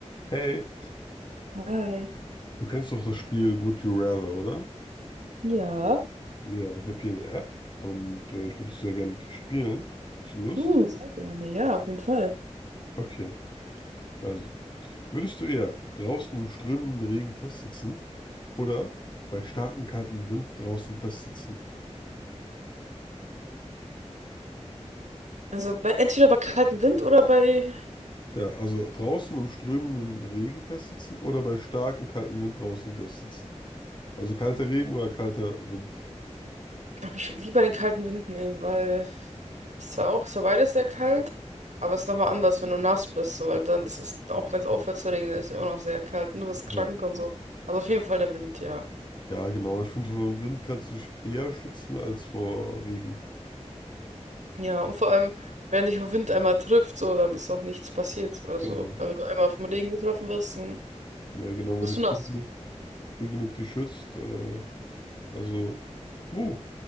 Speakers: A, on the left; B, on the right.
A: Hey,
B: Hi.
A: du kennst doch das Spiel Would You Rather, oder?
B: Ja,
A: Ja, ich habe hier eine App und äh, ich würde es sehr gerne mit dir spielen. Hast du Lust?
B: Hm. sehr gerne. Ja, auf jeden Fall.
A: Okay, also, würdest du eher draußen im strömenden Regen festsitzen oder bei starkem kalten Wind draußen festsitzen?
B: Also bei, entweder bei kaltem Wind oder bei.
A: Ja, also draußen im strömenden Regen festsitzen oder bei starkem kalten Wind draußen festsitzen. Also kalter Regen oder kalter Wind?
B: Ich glaube, ich würde lieber den kalten Wind nehmen, weil es zwar auch, es war beides sehr kalt, aber es ist nochmal anders, wenn du nass bist, so, weil dann ist es, auch wenn es aufhört zu regnen, ist es immer noch sehr kalt und du bist
A: Ja.
B: krank und so. Also auf jeden Fall der Wind, ja.
A: Ja, genau. Ich finde, vor dem Wind kannst du dich eher schützen als vor Regen.
B: Ja, und vor allem, wenn dich der Wind einmal trifft, so, dann ist auch nichts passiert oder
A: Genau.
B: so. Aber wenn du einmal vom Regen getroffen wirst, dann
A: Ja, genau.
B: bist
A: Wenn du früh
B: du nass.
A: genug früh genug dich schützt. Äh, also, uh,